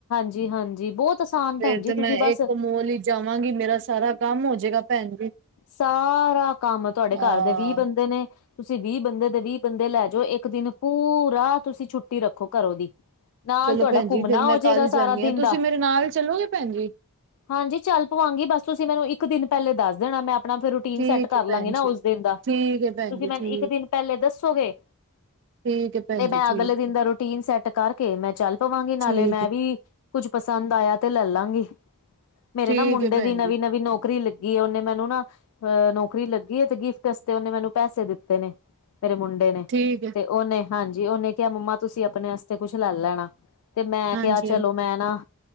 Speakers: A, on the left; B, on the right.
A: ਜੀ ਹਾਂਜੀ ਬਹੁਤ ਆਸਾਨ
B: ਫੇਰ
A: ਭੈਣ ਜੀ
B: ਤੇ
A: ਤੁਸੀਂ
B: ਮੈਂ
A: ਬਸ
B: ਇਕ ਮੋਲ ਹੀ ਜਾਵਾਂਗੀ ਮੇਰਾ ਸਾਰਾ ਕੰਮ ਹੋਜੇਗਾ ਭੈਣ ਜੀ
A: ਸਾਰਾ ਕੰਮ ਤੁਹਾਡੇ
B: ਹਾਂ
A: ਘਰ ਦੇ ਵੀਹ ਬੰਦੇ ਨੇ ਤੁਸੀਂ ਵੀਹ ਬੰਦੇ ਦੇ ਵੀਹ ਬੰਦੇ ਲੈ ਜਾਓ ਇੱਕ ਦਿਨ ਪੂਰਾ ਤੁਸੀਂ ਛੁੱਟੀ ਰੱਖੋ ਘਰੋਂ ਦੀ ਨਾਲ
B: ਚਲੋ
A: ਤੁਹਾਡਾ
B: ਭੈਣ ਜੀ
A: ਘੁੰਮਣਾ
B: ਫੇਰ ਮੈਂ
A: ਹੋ ਜਾਏਗਾ
B: ਕੱਲ
A: ਸਾਰਾ
B: ਜਾਂਦੀ
A: ਦਿਨ
B: ਹਾਂ ਤੁਸੀਂ
A: ਦਾ
B: ਮੇਰੇ ਨਾਲ ਚਲੋਗੇ ਭੈਣ ਜੀ
A: ਹਾਂਜੀ ਚੱਲ ਪਵਾਂਗੀ ਬਸ ਤੁਸੀਂ ਮੈਨੂੰ ਇੱਕ ਦਿਨ ਪਹਿਲੇ ਦੱਸ ਦੇਣਾ ਮੈਂ ਆਪਣਾ ਫਿਰ ਰੂਟੀਨ
B: ਠੀਕ
A: ਸੈੱਟ ਕਰ
B: ਹੈ
A: ਲਾਂਗੀ
B: ਭੈਣ
A: ਨਾ
B: ਜੀ
A: ਉਸ ਦਿਨ ਦਾ
B: ਠੀਕ ਹੈ ਭੈਣ
A: ਤੁਸੀਂ
B: ਜੀ
A: ਮੈਨੂੰ
B: ਠੀਕ
A: ਇੱਕ ਦਿਨ ਪਹਿਲੇ ਦੱਸੋਗੇ
B: ਠੀਕ ਹੈ ਭੈਣ
A: ਤੇ ਮੈਂ
B: ਜੀ ਠੀਕ
A: ਅਗਲੇ ਦਿਨ
B: ਹੈ,
A: ਦਾ ਰੂਟੀਨ ਸੈਟ ਕਰਕੇ ਮੈਂ ਚੱਲ ਪਵਾਂਗੀ
B: ਠੀਕ
A: ਨਾਲੇ ਮੈਂ
B: ਹੈ
A: ਵੀ ਕੁੱਝ ਪਸੰਦ ਆਇਆ ਤੇ ਲੈ ਲਾਂਗੀ ਮੇਰੇ
B: ਠੀਕ
A: ਨਾ ਮੁੰਡੇ
B: ਹੈ ਭੈਣ
A: ਦੀ ਨਵੀਂ
B: ਜੀ
A: ਨਵੀਂ ਨੌਕਰੀ ਲਗੀ ਲੱਗੀ ਏ ਉਹਨੇ ਮੈਨੂੰ ਨਾ ਅ ਨੌਕਰੀ ਲੱਗੀ ਹੈ ਤੇ ਗਿਫ ਅਸਤੇ ਉਹਨੇ ਮੈਨੂੰ ਪੈਸੇ ਦਿੱਤੇ ਨੇ ਮੇਰੇ ਮੁੰਡੇ ਨੇ
B: ਠੀਕ ਏ
A: ਤੇ ਉਹਨੇ ਹਾਂਜੀ ਉਹਨੇ ਕਿਹਾ ਮੰਮਾ ਤੁਸੀਂ ਆਪਣੇ ਆਸਤੇ ਕੁਛ ਲੈ ਲੈਣਾ ਤੇ ਮੈਂ
B: ਹਾਂਜੀ
A: ਕਿਹਾ ਚਲੋ
B: ਹਾਂਜੀ
A: ਮੈਂ ਨਾ